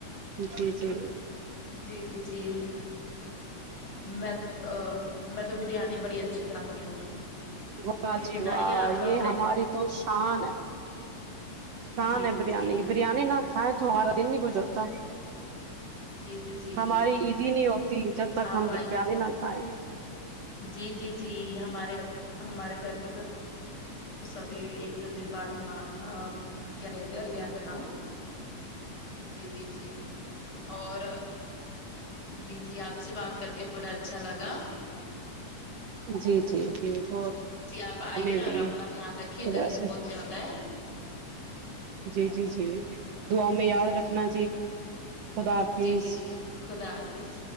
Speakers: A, on the right; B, on the left.
A: جی جی
B: جی جی <unintelligible> جیم <unintelligible> میں ا میں <unintelligible> تو بریانی بڑی اچھی بناتی ہوں <unintelligible>
A: و
B: کسی
A: جی
B: دن
A: واہ
B: آئیے آپ ہمارے
A: یہ ہماری تو شان ہے شان
B: جی
A: ہے
B: جی
A: بریانی
B: جی
A: بریانی نہ کھائے تارا دن نکجوستا
B: جی جی جی
A: ہماری عیدی نہیں ہوتی جب تک
B: آپ
A: ہم بریانی
B: آئی
A: نہ کھائیں
B: جی جی جی ہمارے ہمارے گھر پہ تو تو س ابھی ایک دو دن بعد ہیاں کیا کہتے بریانی بناؤ جی جی جی اور جی جی آپ سے بات کر کے بڑا اچھا لگا
A: جی جی جی بہت
B: جی آپ آئیے
A: ہمیں بھی
B: اور اپنا دھیان رکھیے گرمی
A: بس
B: بہت زیاد ہے
A: جی جی جی دعاؤں میں
B: جی
A: یاد
B: جی
A: رکھنا
B: جی
A: خدا حافظ
B: جی جی جی خدا فس